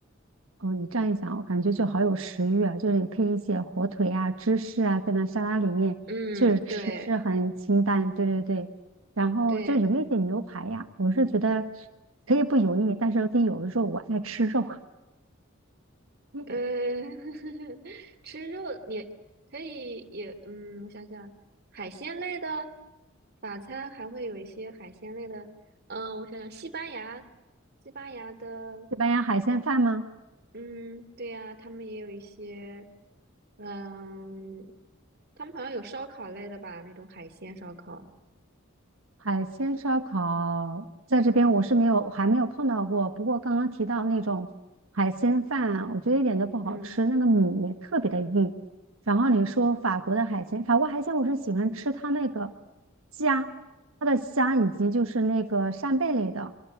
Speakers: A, on the right; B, on the right.
A: 哦，你这样一讲，我感觉就好有食欲啊！就是你配一些火腿啊、芝士啊，在那沙拉里面，
B: 嗯，
A: 确实吃是很清淡。
B: 对
A: 对对对，然后就有没有一点牛排呀？
B: 对，
A: 我是觉得可以不油腻，但是得有肉，我爱吃肉。<laughs> 嗯
B: 呃，<laughs> 吃肉也可以也，嗯，我想想，海鲜类的法餐还会有一些海鲜类的，嗯，我想想，西班牙，西班牙的，
A: 西班牙海鲜饭吗？
B: 嗯，对呀，他们也有一些，嗯，他们好像有烧烤类的吧，那种海鲜烧烤，
A: 海鲜烧烤在这边我是没有，还没有碰到过。不过刚刚提到那种海鲜饭，我觉得一点都不好吃，
B: 嗯。
A: 那个米特别的硬。然后你说法国的海鲜，法国海鲜我是喜欢吃它那个虾，它的虾以及就是那个扇贝类的。